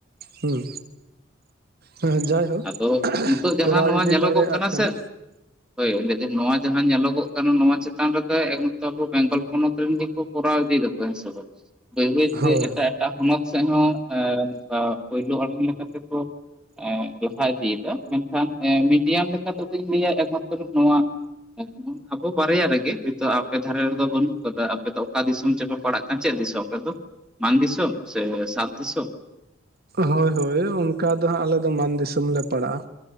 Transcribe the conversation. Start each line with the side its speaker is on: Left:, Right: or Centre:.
Right: ᱦᱩᱸ, ᱦᱮᱸ ᱡᱟᱭᱦᱳᱠ
Centre: ᱟᱫᱚ ᱱᱤᱛᱚᱜ ᱡᱟᱦᱟᱸ
Right: ᱠᱚᱨᱟᱣ
Centre: ᱱᱚᱣᱟ
Right: ᱤᱫᱤ
Centre: ᱧᱮᱞᱚᱜᱚᱜ
Right: ᱫᱟᱲᱮᱭᱟᱜ
Centre: ᱠᱟᱱᱟ
Right: ᱠᱟᱱᱟᱼᱼ
Centre: ᱥᱮ ᱦᱳᱭ ᱞᱟᱹᱭ ᱫᱟᱹᱧ ᱱᱚᱣᱟ ᱡᱟᱦᱟᱸ ᱧᱮᱞᱚᱜᱚᱜ ᱠᱟᱱᱟ ᱱᱚᱣᱟ ᱪᱮᱛᱟᱱ ᱨᱮᱫᱚ ᱮᱠ ᱢᱟᱛᱨᱚ ᱟᱵᱚ ᱵᱮᱝᱜᱚᱞ ᱯᱚᱱᱚᱛ ᱨᱮᱱ ᱜᱮᱠᱚᱼᱼ ᱠᱚᱨᱟᱣ ᱤᱫᱤᱭ ᱮᱫᱟᱠᱚ ᱦᱮᱸ ᱥᱮ ᱵᱟᱝ ᱵᱟᱹᱭ ᱵᱟᱹᱭ ᱛᱮ
Right: ᱦᱳᱭ
Centre: ᱮᱴᱟᱜᱼᱼ ᱮᱴᱟᱜ ᱯᱚᱱᱚᱛ ᱥᱮᱫ ᱦᱚᱸ ᱮ ᱱᱚᱝᱠᱟ ᱯᱳᱭᱞᱳ ᱟᱲᱟᱝ ᱞᱮᱠᱟ ᱛᱮᱠᱚ ᱮᱸᱻ ᱞᱟᱦᱼᱼ ᱟ ᱤᱫᱤ ᱭᱮᱫᱟ ᱢᱮᱱᱠᱷᱟᱱ ᱮᱸ ᱢᱤᱰᱤᱭᱟᱢ ᱞᱮᱠᱟ ᱛᱮᱫᱩᱧ ᱞᱟᱹᱭᱟ ᱮᱠ ᱢᱟᱛᱨᱚ ᱱᱚᱣᱟᱼᱼ ᱮᱠ‌ᱢᱚᱱ ᱟᱵᱚ ᱵᱟᱨᱭᱟ ᱨᱮᱜᱮ ᱦᱚᱭᱛᱳ ᱟᱯᱮ ᱫᱷᱟᱨᱮ ᱨᱮᱫᱚ ᱵᱟᱹᱱᱩᱜ ᱠᱟᱫᱟ ᱟᱯᱮ ᱫᱚ ᱚᱠᱟ ᱫᱤᱥᱚᱢ ᱪᱚ ᱯᱮ ᱯᱟᱲᱟᱜᱼᱼ ᱟᱸ ᱪᱮᱜ ᱫᱤᱥᱚᱢ ᱟᱯᱮ‌ ᱫᱚ ᱢᱟᱱ ᱫᱤᱥᱚᱢ ᱥᱮ ᱥᱟᱸᱛ ᱫᱤᱥᱚᱢ?
Right: ᱦᱳᱭ ᱦᱳᱭ ᱚᱱᱠᱟ ᱫᱚ ᱦᱟᱸᱜ ᱟᱞᱮ ᱫᱚ ᱢᱟᱱ ᱫᱤᱥᱚᱢ ᱞᱮ ᱯᱟᱲᱟᱜ-ᱟ᱾